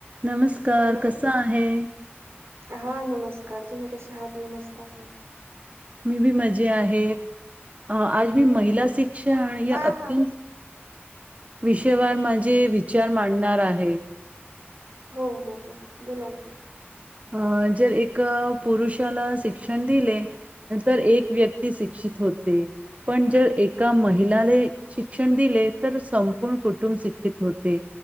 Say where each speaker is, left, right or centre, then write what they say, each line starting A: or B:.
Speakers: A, on the right; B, on the right.
A: नमस्कार
B: हॅलो
A: कसा आहे
B: हा नमस्कार तुम्ही कशा आहात मी मस्त आहे
A: मी बी मजे आहेत आज मी महिला शिक विषया आणि या
B: हा
A: अत्यंत
B: हा.
A: विषयवर माझे विचार मांडणार आहे आहे
B: हो हो हो बोला ना
A: हं जर एका पुरुष त्याला शिक्षण दिले, तर एक व्यक्ती शिक्षित होते, पण जर एका महिलाला शिक्षण दिले तर संपूर्ण कुटुंब शिक्षित होते.